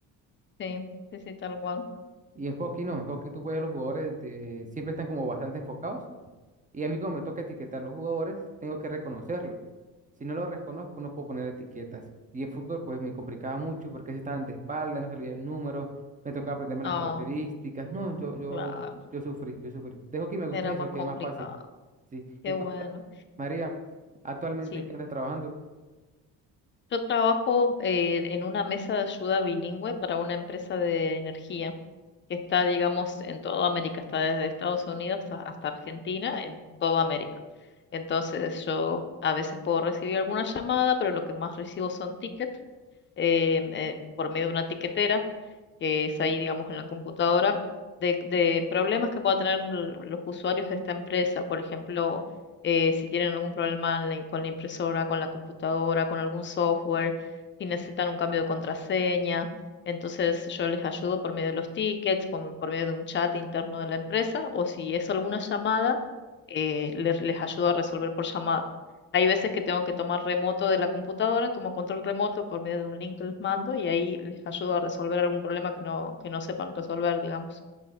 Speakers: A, on the left; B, on the right.
A: Sí, sí, sí, tal cual.
B: Y en hockey no, en hockey tú ves a los jugadores de, siempre están como bastante enfocados Y a mí como me toca etiquetar los jugadores, tengo que reconocerlos. Si no los reconozco, no puedo poner etiquetas. Y en fútbol, pues me complicaba mucho porque se estaban de espalda, no salía el número, me tocaba aprenderme las
A: Ah,
B: características. No, yo, yo,
A: claro,
B: yo sufrí, yo sufrí. Dejo que me guste
A: era
B: eso,
A: más
B: que
A: complicado.
B: es más fácil. Sí.
A: Qué
B: Y cuéntame,
A: bueno.
B: María, actualmente
A: Sí,
B: qué andas trabajando.
A: Yo trabajo eh, en una mesa de ayuda bilingüe para una empresa de energía que está, digamos, en toda América, está desde Estados Unidos hasta, hasta Argentina, en toda América. Entonces yo a veces puedo recibir alguna llamada, pero lo que más recibo son tickets eh, eh, por medio de una tiquetera que es ahí, digamos, en la computadora, de, de problemas que puedan tener l- los usuarios de esta empresa. Por ejemplo, eh, si tienen algún problema en la im- con la impresora, con la computadora, con algún software, si necesitan un cambio de contraseña. Entonces yo les ayudo por medio de los tickets, por, por medio de un chat interno de la empresa, o si es alguna llamada, eh, les, les ayudo a resolver por llamada. Hay veces que tengo que tomar remoto de la computadora, tomo control remoto por medio de un link que les mando y ahí les ayudo a resolver algún problema que no, que no sepan resolver, digamos.